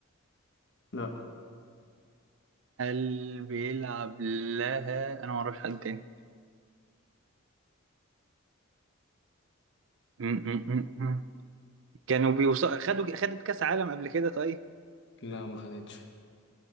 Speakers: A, on the left (about 55°); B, on the right (about 60°).
A: لا
B: هل بيلعب لها أنا معرفش حد تاني م- م- م- م. كانوا بيوصلوا خدوا خدت كاس عالم قبل كده طيب
A: لا ما خدتش